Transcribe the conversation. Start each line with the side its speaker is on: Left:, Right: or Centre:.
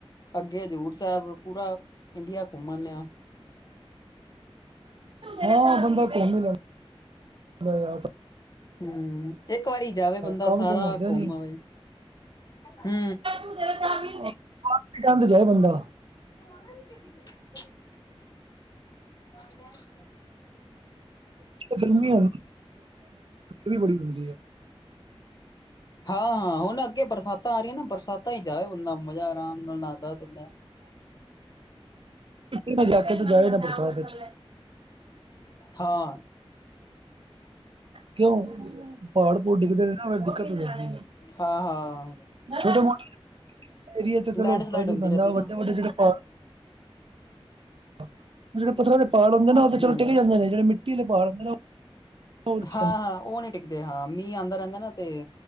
Left: ਅੱਗੇ ਹਜ਼ੂਰ ਸੈਬ ਪੂਰਾ ਇੰਡੀਆ ਘੁੰਮ ਆਨੇ ਆਂ।
Right: ਹਾਂ ਬੰਦਾ ਘੁੰਮ ਈ ਲੈਂਦਾ, ਇਆ
Left: ਹੂੰ ਇੱਕ ਵਾਰੀ ਜਾਵੇ ਬੰਦਾ
Right: ਕੰਮ
Left: ਸਾਰਾ
Right: ਕੁਮ ਹੁੰਦੇ
Left: ਘੁੰਮ
Right: ਨੀ
Left: ਆਵੇ। ਹੂੰ।
Right: <unintelligible> ਤੇ ਜਾਏ ਬੰਦਾ।
Left: <inaudible> <inaudible>
Right: ਗਰਮੀ <unintelligible> ਵੀ ਬੜੀ ਹੁੰਦੀ ਐ। <inaudible>
Left: ਹਾਂ-ਹਾਂ ਹੁਣ ਅੱਗੇ ਬਰਸਾਤਾਂ ਆ ਰਈਆਂ ਨਾ ਬਰਸਾਤਾਂ ਈ ਜਾਵੇ ਬੰਦਾ ਮਜ਼ਾ ਆਰਾਮ ਨਾਲ ਨਾਦਾਂ-ਤੋਂਦੈ।
Right: <unintelligible> ਜਾਏ ਨਾ ਬਰਸਾਤ ਦੇ ਵਿਚ।
Left: ਹਾਂ
Right: ਕਿਉਂ, ਪਹਾੜ-ਪੂੜ ਡਿੱਗਦੇ ਨੇ ਨਾ ਫੇਰ ਦਿੱਕਤ ਹੋ ਜਾਂਦੀ ਐ।
Left: ਹਾਂ-ਹਾਂ।
Right: ਛੋਟੇ-ਮੋਟੇ ਏਰੀਏ ਚ ਚਲੋ
Left: ਲੈਂਡ ਸਲਾਈਡ
Right: ਫਰਕ ਨੀ
Left: ਹੁੰਦੀ
Right: ਪੈਂਦਾ
Left: ਰਹਿੰਦੀ
Right: ਵੱਡੇ-ਵੱਡੇ
Left: ਨਾ
Right: ਜੇੜੇ ਪਹਾੜ <inaudible> ਜੇੜੇ ਪੱਥਰਾਂ ਦੇ ਪਹਾੜ ਹੁੰਦੇ ਨੇ ਨਾ ਓ ਤੇ
Left: ਹੂੰ
Right: ਚਲੋ ਟਿੱਕ ਜਾਂਦੇ ਨੇ ਜੇੜੇ ਮਿੱਟੀ ਦੇ ਪਹਾੜ ਹੁੰਦੇ ਨੇ ਨਾ ਓ, ਓ ਡਿੱਗ
Left: ਹਾਂ
Right: ਜਾਂਦੇ।
Left: ਹਾਂ ਓ ਨੀ ਡਿਗਦੇ ਹਾਂ ਮੀਂਹ ਆਂਦਾ ਰੈਂਦਾ ਨਾ ਤੇ